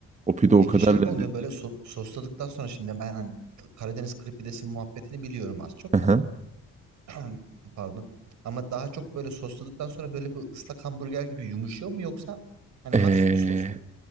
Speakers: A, on the right; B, on the right.
A: o pide o
B: Peki
A: kadar
B: şey
A: lezzetli.
B: mi oluyor böyle so- sosladıktan sonra şimdi ben hani t- Karadeniz kırık pidesi muhabbetini biliyorum az çok
A: Aha.
B: da. <clears throat> Pardon. Ama daha çok böyle sosladıktan sonra böyle bir ıslak hamburger gibi yumuşuyor mu yoksa hani
A: Ee,
B: hafif bir sos mu?